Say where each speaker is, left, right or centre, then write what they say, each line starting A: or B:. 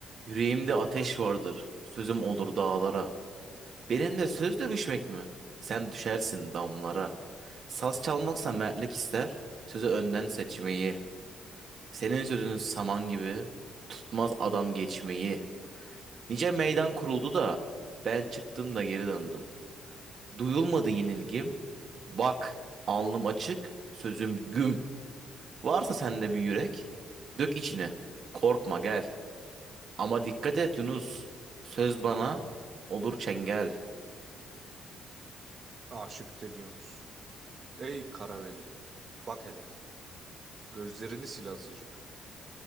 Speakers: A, on the right (about 50°); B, on the right (about 35°).
A: Yüreğimde ateş vardır. Sözüm olur dağlara. Benimle söz dövüşmek mi? Sen düşersin damlara. Saz çalmaksa mertlik ister. Sözü önden seçmeyi. Senin sözün saman gibi. Tutmaz adam geçmeyi. Nice meydan kuruldu da. Ben çıktım da geri döndüm. Duyulmadı yenilgim. Bak, alnım açık, sözüm güm. Varsa sende bir yürek, dök içine. Korkma gel. Ama dikkat et Yunus. Söz bana olur çengel.
B: Aşık Deli Yunus. Ey Karaveli, bak hele, gözlerini sil azıcık.